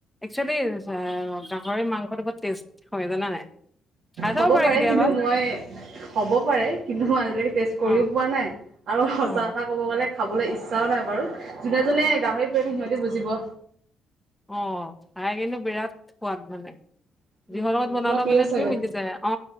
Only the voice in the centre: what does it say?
একচুৱেলি অ গাহৰি মাংসটো বহুত টেষ্ট হয়, জানা নাই? খাই চাব
কেতিয়াবা
অ',
অ',
অহ খায় কিন্তু বিৰাট সোৱাদ মানে।
যিহৰ লগত বনালো
মানে
তুমি মিলি যায়, অ